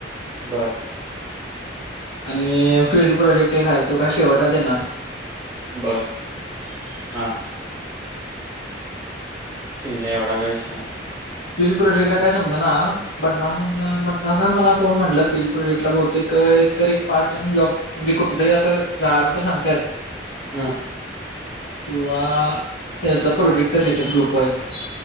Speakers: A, on the right; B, on the left.
A: बरं
B: आणि फिंल्ड प्रोजेक्टं एक आहे तो कां शेवटलां देणारं
A: बरं हां ठीकं आहे एवढां कांहीं इच्शा नाहीं
B: टिप्ही प्रोजेक्टं लां कायं समजे नां बंडा म्हणलां बंडा कां मलां कोणं म्हटलं फिल्ड प्रोजेक्टलां बहुतेक एकतरं एक पार्ट टाईम जॉब म्हणजे कुठं तरी असं झालं तरं सांगत्यां हेतं
A: हम्मं
B: किंवा त्यांचा प्रोजेक्टं तरं येतं ग्रुपवांइसं